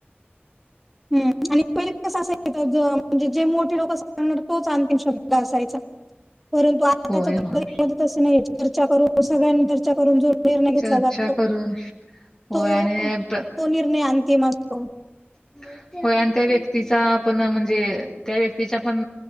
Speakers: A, in the centre; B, on the left (about 15°).
A: हम्म आणि पहिले कसं असाय म्हणजे जे मोठे लोक सांणार तोच आणंतीम शब्द असायचा. परंतु आताच्या
B: होय
A: पद्धतीमध्ये
B: होय
A: तस नाही चर्चा करून सगळ्यांनी चर्चा करून जो निर्णय घेतला
B: चर्चा
A: जातो
B: करून होय
A: तो
B: आणि प्र-
A: तो निर्णय अंतिम असतो.
B: <unintelligible> होय आणि त्या व्यक्तीचा पण म्हणजे त्या व्यक्तीच्या पण